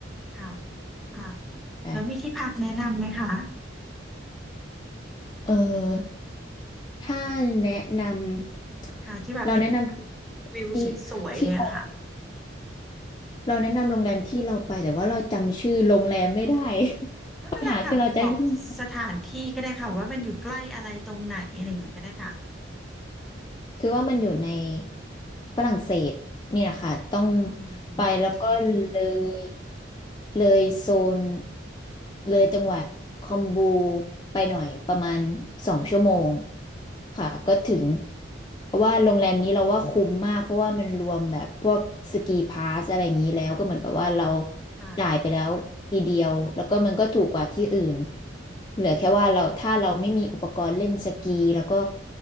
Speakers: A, in the centre; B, on the left.
A: ค่ะค่ะ
B: ใช่
A: แล้วมีที่พักแนะนำไหมคะ
B: เออ ถ้าแนะนำเราแนะนำที่
A: ค่ะที่แบบเห็นวิวสวยๆเลยอะค่ะ
B: ที่เราเราแนะนำโรงแรมที่เราไปแต่ว่าเราจำชื่อโรงแรมไม่ได้
A: ไม่เป็นไรค่ะบอกสถานที่ก็ได้ค่ะว่ามันอยู่ใกล้อะไรตรงไหนอะไรอย่างนี้ก็ได้ค่ะ
B: <laughs> ปัญหาคือเราจำชื่อ คือว่ามันอยู่ในฝรั่งเศสนี่แหละค่ะต้อง
A: อืม
B: ไปแล้วก็เลย
A: ค่ะ
B: เลยโซนเลยจังหวัดคอมบูไปหน่อยประมาณสองชั่วโมงค่ะก็ถึงเพราะว่าโรงแรมนี้เราว่าคุ้มมากเพราะว่ามันรวมแบบพวกสกีพาสอะไรอย่างนี้แล้วก็เหมือนกับว่าเรา
A: ค่ะ
B: จ่ายไปแล้วทีเดียวแล้วก็มันก็ถูกกว่าที่อื่นเหลือแค่ว่าเราถ้าเราไม่มีอุปกรณ์เล่นสกีแล้วก็